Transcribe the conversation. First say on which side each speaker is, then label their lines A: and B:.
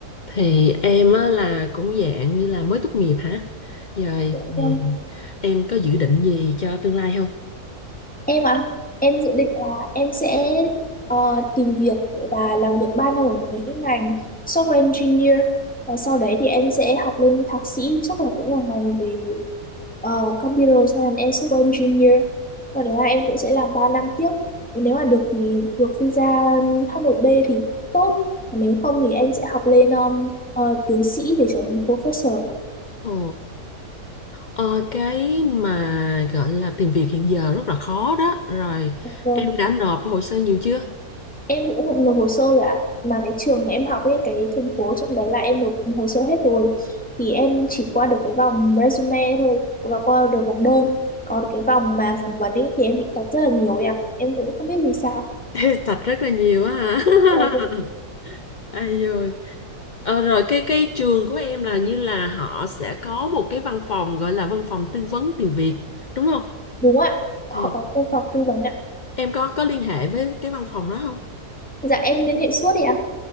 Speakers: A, on the left; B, in the centre.
A: thì em á là cũng dạng như là mới tốt nghiệp hả rồi
B: Dạ
A: thì
B: vâng.
A: em có dự định gì cho tương lai không
B: Em ạ, em dự định là em sẽ ờ, tìm việc và làm việc 3 năm ở Mỹ ngành software engineer và sau đấy thì em sẽ học lên thạc sĩ chắc là cũng là ngành về ờ, computer science and software engineer. Sau đấy là em cũng sẽ làm 3 năm tiếp. Nếu mà được thì được visa h một b thì tốt, còn nếu không thì em sẽ học lên um, ờ, tiến sĩ để trở thành professor.
A: Ồ, ờ, cái mà gọi là tìm việc hiện giờ rất là khó đó. Rồi,
B: Vâng.
A: em đã nộp hồ sơ nhiều chưa?
B: em cũng không nộp hồ sơ rồi ạ mà cái trường em học ấy cái thành phố trong đấy là em nộp hồ sơ hết rồi thì em chỉ qua được cái vòng resume thôi và qua được vòng đơn còn cái vòng mà phỏng vấn ấy thì em bị tạch rất là nhiều ấy ạ em cũng không biết vì sao
A: <laughs> Thật rất là nhiều á hả?
B: Dạ, dạ.
A: <laughs> Ai rồi? Ờ, rồi cái cái trường của em là như là họ sẽ có một cái văn phòng gọi là văn phòng tư vấn tìm việc, đúng không?
B: đúng ạ họ
A: Thì
B: có công phòng tư vấn ạ
A: em có có liên hệ với cái văn phòng đó không?
B: dạ em liên hệ suốt ấy ạ